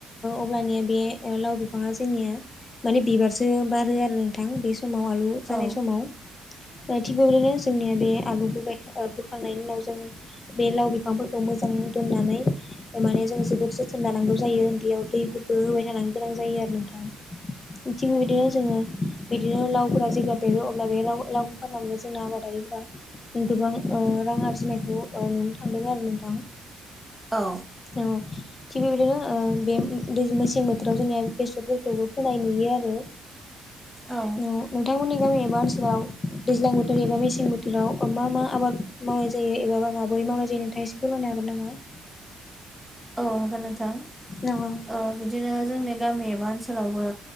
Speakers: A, on the left; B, in the centre.
A: अब्लानिया बे लाव बिफाङा जोंनिया माने बिबारसो बारो आरो नोंथां बे समाव आलु
B: औ
A: जानाय समाव। थिग बेबायदिनो जोंनिया बे आलुखौ गाय ओ बुरखांनायनि उनाव जोङो बे लाव बिफांफोरखौ मोजां दोननानै माने जों जोबोद जो थोन लानांगौ जायो उन्दैयाव दैफोरफोरखौबो होबाय थानो गोनां जायो आरो नोंथा। थिग बेबादि जोङो बिदिनो लावफोरा जेब्ला देरो अब्ला बे लाव लावखौ फाननानैबो जोंना आबादारिफोरा गोबां ओ रां आरजिनायखौ ओ नुनो थांदों आरो नोंथां।
B: औ।
A: औ। थिग बेबायदिनो ओ बे दै मेसें बोथोराव जोंनिया बेसरफोरखौबो फोनाय नुयो आरो।
B: औ।
A: नोंथांमोननि गामि एबा ओनसोलाव दैज्लां बोथोर एबा मेसें बोथोराव मा मा आबाद मावनाय जायो एबाा माबोरै मावनाय जायो नोंथाङा एसे फोरमायनो हागोन नामा?
B: औ हागोन नोंथां।
A: नामा?
B: औ बिदिनो जोंनि गामि एबा ओनसोलावबो